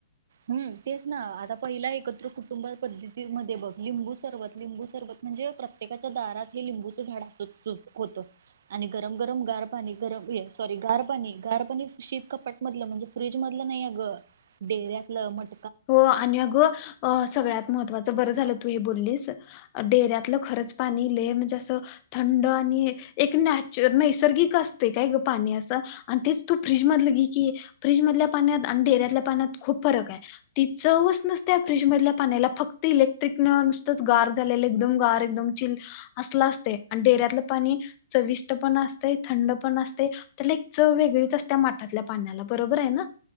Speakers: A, on the right (about 55°); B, on the left (about 30°).
A: हम्म तेच ना आता पहिला एकत्र कुटुंब पद्धतीमध्ये बघ लिंबू सरबत लिंबू सरबत म्हणजे प्रत्येकाच्या दारात हे लिंबूचं झाड असत होत आणि गरम गरम गार पाणी गरम सॉरी गार पाणी गार पाणी शीत कपाट मधल म्हणजे फ्रीज मधल नाही अग डेर्या ल मट
B: हो आणि अग सगळ्यात महत्वाच बर झाल तू हे बोललीस डेऱ्यातलं खरंच पाणी लई म्हणजे अस थंड आणि एक नॅचर नैसर्गिक असते काय ग पाणी असं आणि तेच तू फ्रीजमधलं घ की फ्रीजमधल्या पाण्यात आणि डेऱ्यातल्या पाण्यात खूप फरक आहे. ती चवच नसते फ्रीज मधल्या पाण्याला फक्त इलेक्ट्रिक नुसतंच गार झालेलं एकदम गार एकदम चिल असला असते. आणि डेऱ्यातलं पाणी चविष्ट पण असते थंड पण असते. त्याला एक चव वेगळीच असते माठातल्या पाण्याला बरोबर आहे ना.